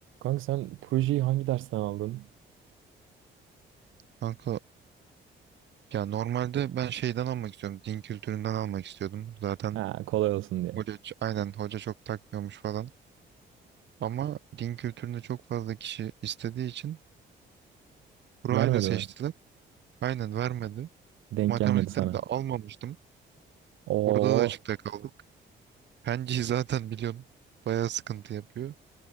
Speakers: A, on the right; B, on the right.
A: Kanka sen projeyi hangi dersten aldın?
B: Kanka ya normalde ben şeyden almak istiyorum. Din kültüründen almak istiyordum. Zaten
A: Ha, kolay olsun diye.
B: hoca, ç- aynen hoca çok takmıyormuş falan. Ama din kültüründe çok fazla kişi istediği için burayla
A: Vermedi
B: seçtiler.
A: mi?
B: Aynen vermedi.
A: Denk
B: Matematikten
A: gelmedi sana.
B: de almamıştım.
A: Oo.
B: Orada da açıkta kaldık. Penciyi <laughs> zaten biliyorum. Bayağı sıkıntı yapıyor.